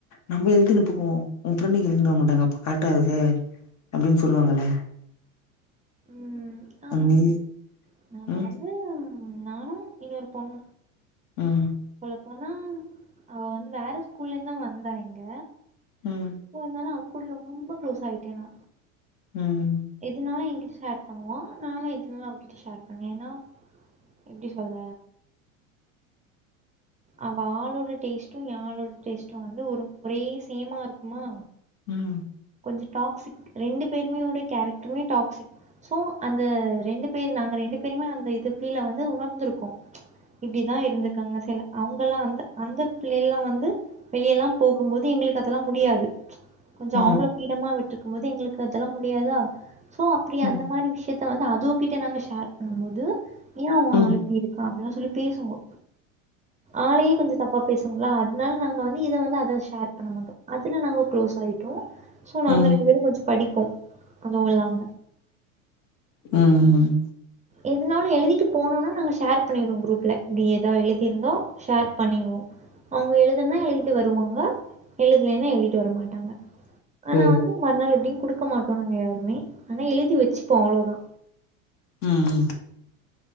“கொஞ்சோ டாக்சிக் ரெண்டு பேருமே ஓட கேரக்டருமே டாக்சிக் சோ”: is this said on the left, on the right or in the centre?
Right